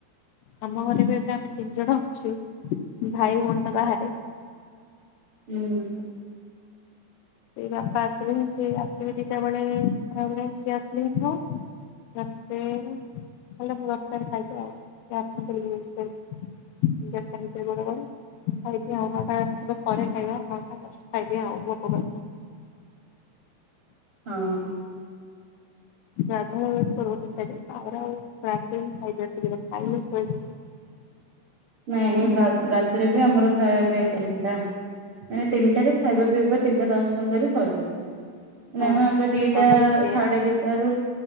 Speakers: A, on the left (about 80°); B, on the right (about 70°).
A: ଆମ ଘରେ ବି ଏବେ ଆମେ ତିନି ଜଣ ଅଛୁ, ଭାଇ ଭଉଣୀ ତ ବାହାରେ--?
B: ହୁଁ।
A: ସେ ବାପା ଆସିଲେ, ସେ ଆସିବେ ଦିଟା ବେଳେ, ଖରା ବେଳେ, ସିଏ ଆସିଲେ ତ <unintelligible> <unintelligible> ଖାଇକି ଆଉ ଗୋଟେ ତମ ସରେ ଖାଇବା <unintelligible> ଖାଇବି ଆଉ ଭୋକ କଲେ।
B: ହଁ।
A: ଗାଧୋଇ ବେଟ କରେ ତିନିଟା ଯାଏଁ ତାପରେ ଆଉ <unintelligible> ଖାଇ ଦିଏ ଶୀଘ୍ର ଖାଇଲେ ଶୋଇ
B: <inaudible> ନାଇଁ ରାତିରେ ବି ଆମର ଖାଇବା ପିଇବା ତିନିଟା, ମାନେ ତିନିଟାରେ ଖାଇବା ପିଇବା ତିନିଟା ଦଶ ପନ୍ଦରରେ ସରିଯିବ। ନାଁ
A: ହଁ
B: ମ, ଏବେ ଦିଟା,
A: ଆମର ବି ସେଇଆ
B: ସାଢେ ଦିଟା ରୁ